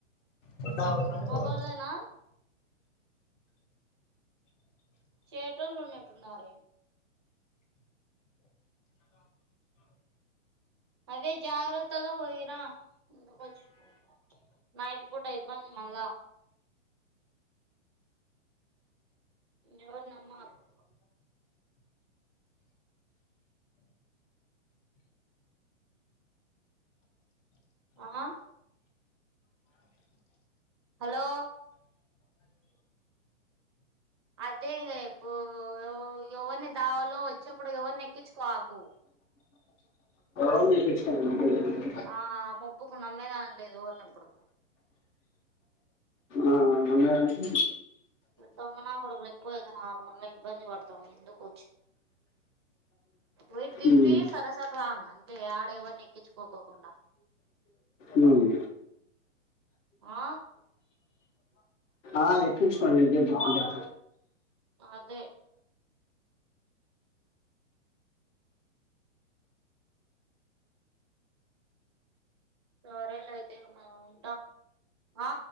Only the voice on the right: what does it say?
మగోళ్ళేనా
చేటోలున్నట్లున్నారే అదే జాగ్రత్తగా పోయిరా ఎందుకొచ్చింది నైట్ పూట ఇబ్బంది మల్ల ఎవరిని నమ్మకు ఆ హలో అదేం ఇప్పు ఎవరిని దావాలో వచ్చేప్పుడు ఎవరిని ఎక్కించుకోకు
ఆ మబ్బకు నమ్మేదాని లేదుని ఇప్పుడు
దొంగనకొడుకులు ఎక్కువ అయితనరు మల్ల ఇబ్బంది పడతం ఎందుకు వయి బింబ
సరసర వాంగ <inaudible> ఆడ ఎవరిని ఎక్కించుకోకోకుండా
ఆ
అదే సరే లే అయితే మ ఉంటాం ఆ